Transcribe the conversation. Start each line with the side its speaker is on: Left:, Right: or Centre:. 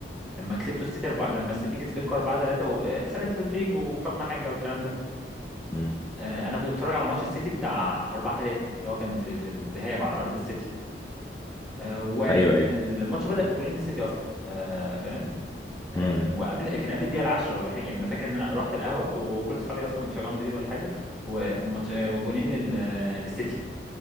Centre: لما كسبتوا السيتي اربعه لما السيتي كسبتكم اربعه ثلاثه وسالة رودريجو وفما حاجه والكلام ده
Left: امم
Centre: آه، انا كنت بتفرج على ماتش السيتي بتاع اربعه ثلاثه اللي هو كان في في الذهاب على ارض السيتي آه، والماتش
Left: ايوه ايوه
Centre: بدأ بجولين للسيتي اصلا آه، فاهم آه،
Left: امم
Centre: وقبل كان قبل الدقيقه 10 ولا حاجه يعني انا فاكر ان انا رحت القهوه وكل اصحابي اصلا بيشجعوا مدريد ولا حاجه وماتش- آه، وجولين لل- للسيتي